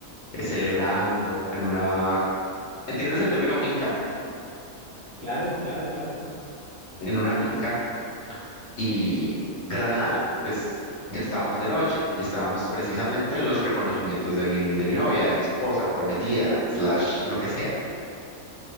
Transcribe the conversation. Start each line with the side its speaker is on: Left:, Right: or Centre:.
Left: eh, celebrando en una, ¿entiendes el término finca?
Right: Claro, claro, claro.
Left: En una finca y de la nada, pues ya estábamos de noche y estábamos precisamente en los reconocimientos de mi, de mi novia, de mi esposa, prometida, slash, lo que sea.